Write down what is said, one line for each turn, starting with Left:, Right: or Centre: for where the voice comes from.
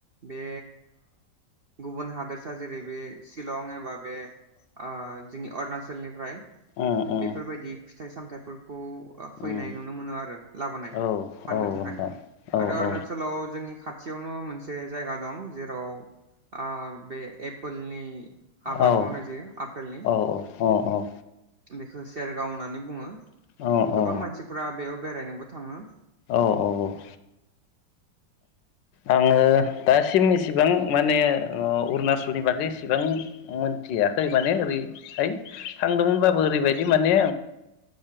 Right: बे गुबुन हादोरसा जेरै बे शिलं एबा नि ओ जोंनि अरनासल ओनसोलनिफ्राय
Left: अ अ
Right: बेफोरबायदि फिथाइ सामथाय खौ फैनाय
Left: अ
Right: नुनो मोनो आरो लाबोनाय
Left: औ
Right: फाननो
Left: औ
Right: थाखाय
Left: नोंथां औ
Right: आरो अरनासलाव
Left: औ
Right: जों आंनि खाथियावनो मोनसे जायगा दं जेराव बे एपोलनि आबाद
Left: औ औ
Right: मावनाय जायो आपेलनि
Left: औ औ औ
Right: बेखौ सयेर गाव होननानै बुङो
Left: औ
Right: गोबां मानसिफोरा बेयाव बेरायनोबो थाङो
Left: औ औ औ आङो दासिम इसेबां माने ओ अरुणासलनि बागै इसेबां मोनथियाखै माने ओरैहाय थांदोंमोनबाबो ओरैबायदि माने